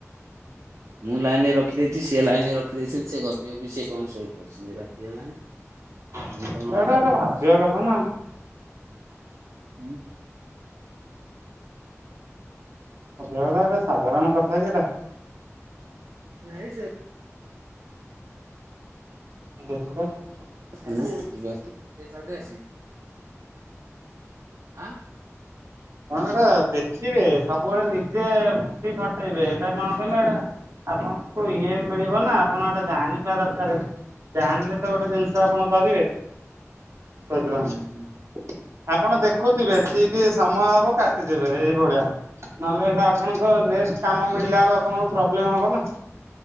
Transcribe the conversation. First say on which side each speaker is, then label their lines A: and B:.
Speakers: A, on the right; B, on the right.
A: ମୁଁ ଲାଇନ୍ ରେ ରଖିଦେଇଛି ସେ ଲାଇନ୍ ରେ ରଖିଦେଇଛନ୍ତି ସେ ଗପି ଗପି ସିଏ କଣ ଶୋଇପଡିଛନ୍ତି ରାତି। ରାତି ହେଲାଣି। ଲାଇନ
B: ଏଇଟା
A: କଣ ଅପଡାଉନ
B: ଏଇଟା ଭାବିବା
A: ହଉଛି।
B: କଥା ନା।
A: <inaudible>
B: ଭାବିବା କଥା ଏଇଟା ସାଧାରଣ କଥା କି ଏଟା
A: ନାଇଁ ସେ
B: <unintelligible>
A: ଏଇନା ଯିବ ଆସିବ ନା ଛାଡ଼ିଦେଇ ଆସିବି ଆଁ।
B: କଣଗୋଟା ଦେଖିବେ ସବୁବେଳେ ନିଜେ ବୁଦ୍ଧି ଖଟେଇବେ ଏଇଟା କଣ କଲେ ଏଇଟା ଆପଣଙ୍କୁ ଇଏ ମିଳିବ ନା ଆପଣ ଏଟା ଜାଣିବା ଦରକାର ଜାଣିଲେ ତ ଗୋଟେ ଜିନିଷ ଆପଣ କରିବେ ସେଇଥିପାଇଁ
A: ହୁଁ ହୁଁ
B: ଆପଣ ଦେଖୁଥିବେ ଠିକ୍ ସ ସମୟ ହବ କାଟିଦେବେ ଏଇଭଳିଆ ନହେଲେ ଏଟା ଆପଣଙ୍କ ନେସ୍ଟ କାମ ମିଳିଲେ ବେଳକୁ ଆପଣଙ୍କ ପ୍ରୋବ୍ଲେମ ହବ ନା